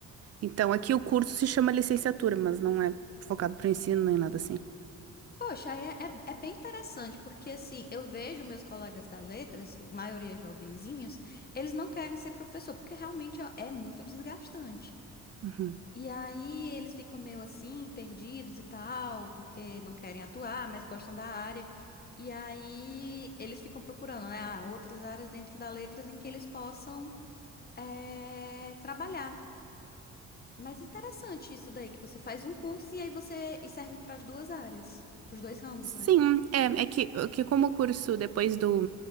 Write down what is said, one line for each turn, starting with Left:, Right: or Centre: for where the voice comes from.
Right: Então aqui o curso se chama licenciatura, mas não é focado para ensino nem nada assim.
Left: Poxa, aí é, é, é bem interessante, porque assim, eu vejo meus colegas da letras, maioria jovenzinhos, eles não querem ser professor, porque realmente é é muito desgastante.
Right: Uhum.
Left: E aí eles ficam meio assim, perdidos e tal, porque não querem atuar, mas gostam da área. E aí eles ficam procurando, né, ah, outras áreas dentro da letras em que eles possam eh, trabalhar. Mas interessante isso daí, que você faz um curso e aí você e serve para as duas áreas, para os dois ramos,
Right: Sim,
Left: né?
Right: é, é que, é que como o curso depois do,